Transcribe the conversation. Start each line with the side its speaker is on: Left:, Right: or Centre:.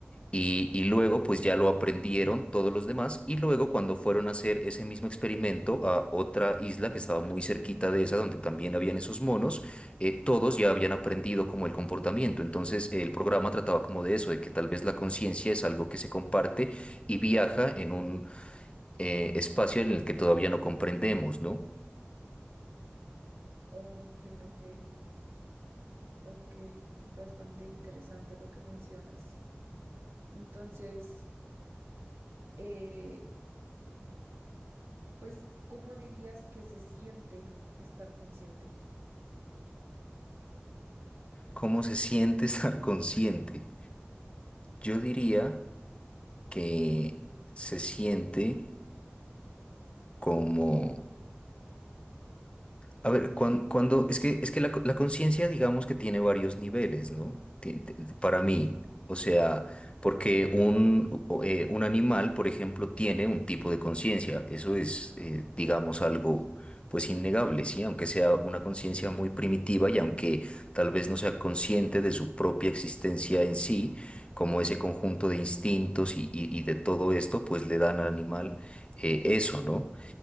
Left: y, y luego pues ya lo aprendieron todos los demás y luego cuando fueron a hacer ese mismo experimento a otra isla que estaba muy cerquita de esa donde también habían esos monos, eh, todos ya habían aprendido como el comportamiento. Entonces el programa trataba como de eso, de que tal vez la conciencia es algo que se comparte y viaja en un eh, espacio en el que todavía no comprendemos, ¿no?
Right: Ok, ok, ok. Es bastante interesante lo que mencionas. Entonces, eh, pues, ¿cómo dirías que se siente estar consciente?
Left: ¿Cómo se siente <laughs> estar consciente? Yo diría que se siente como A ver, cuan- cuando, es que, es que la, co- la conciencia, digamos que tiene varios niveles, ¿no? Ti- ti- Para mí, o sea, porque un, o- eh, un animal, por ejemplo, tiene un tipo de conciencia, eso es, eh, digamos, algo pues innegable, ¿sí? Aunque sea una conciencia muy primitiva y aunque tal vez no sea consciente de su propia existencia en sí, como ese conjunto de instintos y, y- y de todo esto, pues le dan al animal eh, eso, ¿no?